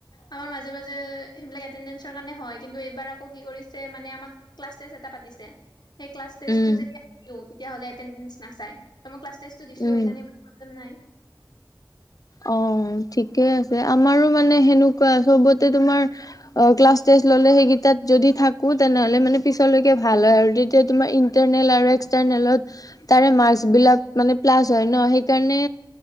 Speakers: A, on the left (about 70°); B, on the left (about 50°).
A: আমাৰ মাজে মাজে সেইবিলাক এটেণ্ডেঞ্চৰ কাৰণে হয় কিন্তু এই ইবাৰ আকৌ কি কৰিছে মানে আমাক ক্লাছ টেষ্ট এটা পাতিছে। সেই ক্লাছটো
B: উম,
A: যেতিয়া দিও তেতিয়া হলে এতেন্দেঞ্চ নাচাই ত মই ক্লাছ ক্লাছ টেষ্ট টো দিছো
B: উম।
A: সেইকাৰণে মৰন নাই।
B: অ' ঠিকে আছে আমাৰো মানে সেনেকুৱা চবতে তোমাৰ ক্লাচ টেষ্ট ললে সেইকেইট যদি থাকে। তেনেহ'লে মানে পিছলৈকে ভাল হয় আৰু তেতিয়া তোমাৰ ইন্টাৰনেল আৰু এক্সটাৰনেলত, তাৰে মাৰ্কচ
A: উম
B: বিলাক মানে প্লাছ হয় ন সেইকাৰণে